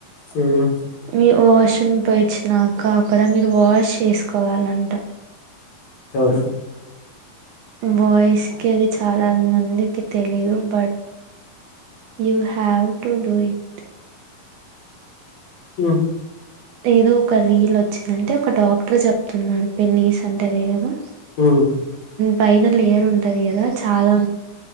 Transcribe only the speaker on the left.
ఉమ్
ఎవరు
ఉ
ఊహు